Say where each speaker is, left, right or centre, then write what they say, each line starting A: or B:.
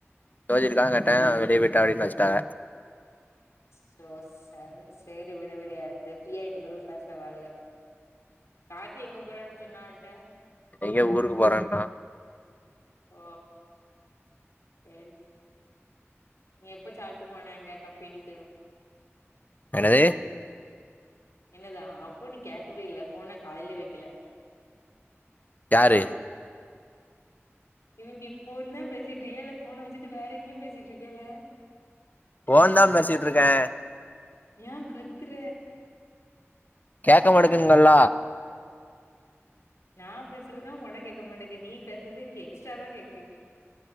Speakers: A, on the left; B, on the left.
A: ஜோதி இருக்கான் கேட்டே வெளிய போய்டா அப்டின் வஸ்ட்டாக
B: சோ சேட் சேரி விடு விடு அது திருப்தியாய்டு ப்ரு பேச வாழுக கார்த்தி எங்க போறேன்னு சொன்னா ஒன்ட்ட
A: எங்கயோ ஊருக்கு போறேன்னா
B: ஓ சேரி நீ எப்ப சாப்ட்டு போன அங்க கம்பெனிக்கு
A: என்னது
B: என்னதா அப்போ நீ கேக்கவே இல்ல ஃபோன காதுலயே வக்கல
A: யாரு
B: இவிங்க ஃபோன்தா பேசிட்டு இருக்கியா இல்ல ஃபோன வச்சுட்டு வேற எங்கயு பேசிட் இருக்கியால
A: ஃபோன்தா பேசிட்ருக்கே
B: ஏ கத்துர
A: கேக்க மாட்டிக்குங்கல்ல
B: நா பேசுறதா ஒனக்கு கேக்க மாட்டுக்கு நீ பேசுறது எனக் எக்ஸ்ட்ராவா கேக்கு